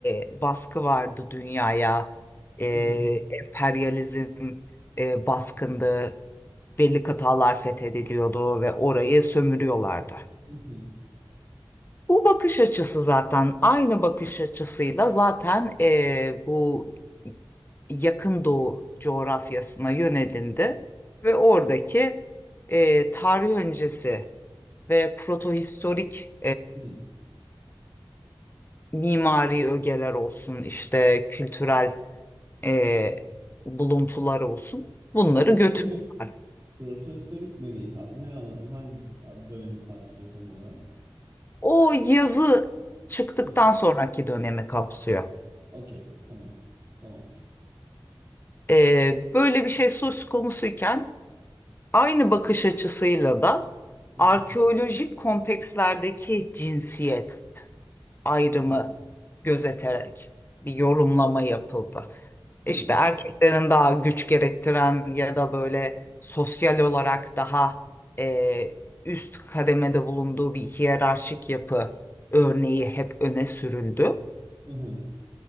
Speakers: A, on the left; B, on the right.
A: e, baskı vardı dünyaya. E,
B: aha,
A: emperyalizm e, baskındı. Belli kıtalar fethediliyordu ve orayı sömürüyorlardı.
B: mhm,
A: Bu bakış açısı zaten aynı bakış açısıyla zaten e, bu yakın doğu coğrafyasına yönelindi ve oradaki e, tarih öncesi ve protohistorik
B: hı.
A: mimari ögeler olsun, işte kültürel e, buluntular olsun. Bunları
B: Protohistorik,
A: götürdüler
B: protohistorik nereyi ka- ne alan hangi dönemi kapsıyor tam olarak?
A: O yazı çıktıktan
B: Hı.
A: sonraki dönemi kapsıyor.
B: Okey, tamam. Tamamdır.
A: E, böyle bir şey söz konusuyken aynı bakış açısıyla da
B: Mhm,
A: arkeolojik kontekstlerdeki cinsiyet ayrımı
B: hı,
A: gözeterek bir yorumlama yapıldı. İşte
B: hı,
A: erkeklerin daha güç gerektiren ya da böyle sosyal olarak daha e, üst kademede bulunduğu bir hiyerarşik yapı örneği hep öne sürüldü.
B: aha,